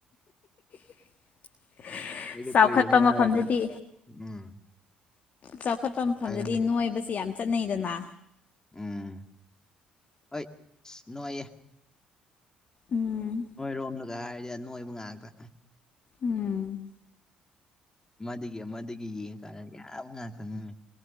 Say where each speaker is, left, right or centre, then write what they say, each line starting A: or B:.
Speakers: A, on the left (about 40°); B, on the left (about 15°).
A: <inaudible>
B: ꯑꯗꯨ
A: ꯆꯥꯎꯈꯠꯄ
B: ꯀꯔꯤ ꯑꯃꯨꯛ
A: ꯃꯐꯝꯗꯗꯤ
B: ꯍꯥꯏꯔꯛꯀꯦ ꯎꯝ
A: ꯆꯥꯎꯈꯠꯄ ꯃꯐꯝꯗꯗꯤ
B: ꯍꯥꯏꯔꯅꯦ
A: ꯅꯣꯏꯕꯕꯁꯤ ꯌꯥꯝ ꯆꯠꯅꯩꯗꯅ
B: ꯎꯝ ꯍꯣꯏ ꯅꯨꯡꯉꯥꯏꯌꯦꯦ
A: ꯎꯝ
B: ꯅꯣꯏ ꯔꯣꯝꯂꯒ ꯍꯥꯏꯔꯗꯤ ꯑ ꯅꯣꯏꯕ ꯉꯥꯛꯇ
A: ꯎꯝ
B: ꯑꯃꯗꯒꯤ ꯑꯃꯗꯒꯤ ꯌꯦꯡꯉꯀꯥꯟꯗ ꯌꯥꯝ ꯉꯥꯛꯇ ꯉꯦ